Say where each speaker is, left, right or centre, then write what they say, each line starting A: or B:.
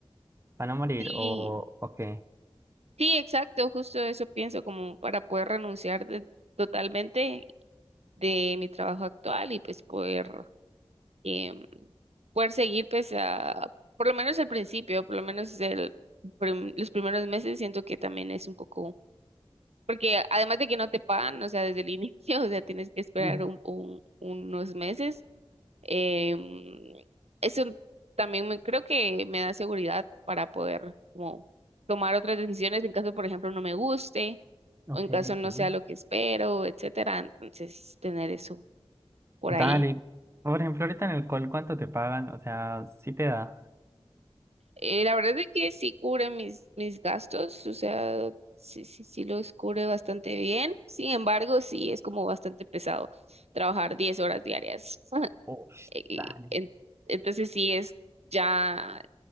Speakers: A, on the right (about 25°); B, on the right (about 85°).
A: no morir,
B: Sí,
A: o, o qué.
B: sí, exacto, justo eso pienso, como para poder renunciar de- totalmente de mi trabajo actual y pues poder, em, poder seguir pues a, por lo menos al principio, por lo menos el, prim- los primeros meses siento que también es un poco, porque además de que no te pagan, o sea, desde el inicio, <laughs> o sea, tienes que esperar
A: Mm,
B: un, un- unos meses, em, eso también me, creo que me da seguridad para poder como tomar otras decisiones en caso, por ejemplo, no me guste
A: ok,
B: o en caso no
A: sí.
B: sea lo que espero, etcétera. Entonces, tener eso por
A: Dale.
B: ahí.
A: Por ejemplo, ahorita en el call, ¿cuánto te pagan? O sea, sí te da.
B: Eh, la verdad es que sí cubre mis, mis gastos, o sea, sí, sí, sí los cubre bastante bien. Sin embargo, sí es como bastante pesado trabajar 10 horas diarias. <laughs>
A: Uf,
B: Y
A: dale.
B: en- entonces, sí es, ya,